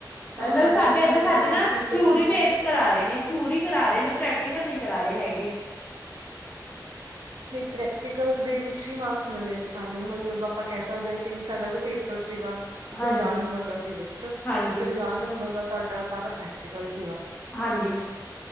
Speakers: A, on the right (about 85°); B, on the left (about 20°).
A: ਤਾਂ
B: ਐਨਾ
A: ਮਤਲਬ
B: ਸਾਡੇ ਏਦਰ
A: ਸਾਨੂੰ
B: ਸਾਡੇ
A: ਤਾਂ
B: ਨਾ,
A: ਟੀਚਰਸ
B: ਥਿਊਰੀ
A: ਨੇ
B: ਭੇਸ ਕਰਾ ਰੇ ਨੇ ਥਿਊਰੀ ਕਰਾ ਰੇ ਨੇ, ਪ੍ਰੈਕਟੀਕਲ ਨੀ ਕਰਾ ਰੇ ਹੈਗੇ।
A: ਨਈ ਪ੍ਰੈਕਟੀਕਲ ਦੇ ਵਿੱਚ ਹੀ ਮਾਰਕਸ ਮਿਲੇ ਸੀ ਸਾਨੂੰ, ਮਤਲਬ ਆਪਾਂ ਕੈ ਸਕਦੇ ਆਂ ਕੀ ਵੀ ਸਾਡਾ ਜੋ ਪੇਪਰ ਸੀਗਾ। ਓ ਪੰਜਾਹ
B: ਹਾਂਜੀ
A: ਨੰਬਰ ਦਾ ਸੀ ਜਸਟ,
B: ਹਾਂਜੀ
A: ਤੇ ਪੰਜਾਹ ਨੰਬਰ ਦਾ ਸਾਡਾ ਸਾਰਾ ਪ੍ਰੈਕਟੀਕਲ ਸੀਗਾ।
B: ਹਾਂਜੀ।